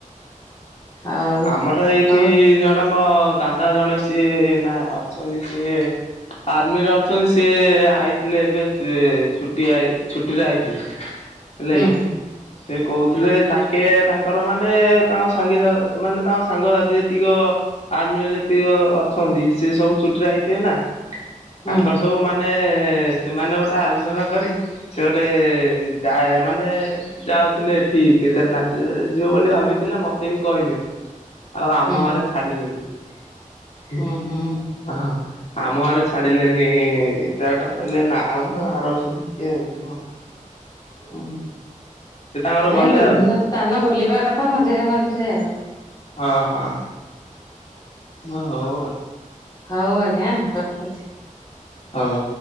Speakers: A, on the left; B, on the left.
A: ଆଉ
B: ଆମର ଏଇଠି
A: ହଉ
B: ଜଣେ ମୋ ଦାଦା ଜଣେ ସିଏ ନା ଅଛନ୍ତି ସିଏ ଆର୍ମି ରେ ଅଛନ୍ତି ସିଏ ଆଇଥିଲେ ଏବେ। ସେ ଛୁଟି ଛୁଟିରେ ଆଇଥିଲେ ହେଲା
A: ହୁଁ
B: କି। ସେ କହୁଥିଲେ ତାଙ୍କେ ତାଙ୍କର ମାନେ ତାଙ୍କ ସାଙ୍ଗିର ମାନେ ତାଙ୍କ ସାଙ୍ଗସାଥି ଯେତିକ ଆର୍ମିରେ ଯେତିକ ଅଛନ୍ତି ସେ ସବୁ ଚୁଟିରେ ଆଇଥିବେ ନା
A: ହୁଁ
B: ତାଙ୍କର ସବୁ ମାନେ ସେମାନେ ଗୋଟେ ଆଲୋଚନା କରି ସେ ଗୋଟେ ଯାଏ ମାନେ ଯାଉଥିଲେ ଏ ଠି କେଦାର ନାଥ ଯିବବୋଲି ଭାବିଥିଲେ ମତେ ବି କହିଲେ। ଆଉ ଆମ
A: ହୁଁ
B: ଘର ଛାଡିଲେନି
A: ହୁଁ ହୁଁ
B: ହଁ। ଆମ ଘରେ ଛାଡିଲେନି ଏତେ ବାଟ କହିଲେ ନା ମ ଆରବର୍ଷକୁ ଦେକ୍ଷିଆ ଆଉ ଜିଦ।
A: ଉ
B: ସେ ତାଙ୍କର
A: ନାଇଁ
B: ଗଲେ
A: ବିଭିନ୍ନ
B: ଆଉ
A: ସ୍ଥାନ ବୁଲିବା କଥା ମଝିରେ ମଝିରେ ଆଉ।
B: ହଁ ହଁ। ଓ ହଉ ଆଉ।
A: ହଉ ଆଜ୍ଞା ରଖୁଛି।
B: ହଉ।।